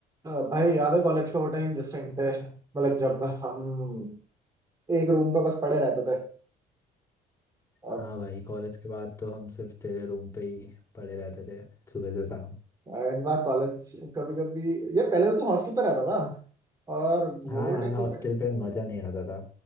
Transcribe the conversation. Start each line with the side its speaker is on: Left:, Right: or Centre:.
Right: अ, भाई याद है कॉलेज का वो टाइम जिस टाइम पे मतलब जब हम एक रूम पे बस पड़े रहते थे और
Left: हाँ भाई कॉलेज के बाद तो हम सिर्फ तेरे रूम पे ही पड़े रहते थे सुबह से शाम
Right: एंड बार कॉलेज कभी कभी ये पहले तो तू हॉस्टल पे रहता था और वो
Left: हाँ यार
Right: टाइम
Left: हॉस्टल
Right: भी बढ़िया
Left: पे मज़ा नहीं आता था